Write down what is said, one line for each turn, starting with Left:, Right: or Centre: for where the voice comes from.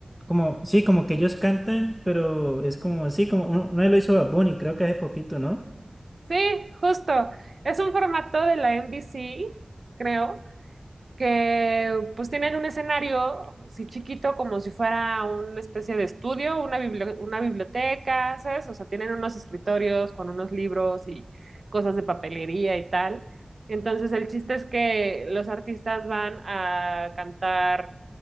Centre: como, sí, como que ellos cantan, pero es como, sí, como uno, uno lo hizo Bad Bunny, creo que hace poquito, ¿no?
Right: Sí, justo. Es un formato de la NBC, creo, que pues tienen un escenario, sí chiquito, como si fuera una especie de estudio, una bibli- una biblioteca, ¿sabes? O sea, tienen unos escritorios con unos libros y cosas de papelería y tal. Entonces, el chiste es que los artistas van a cantar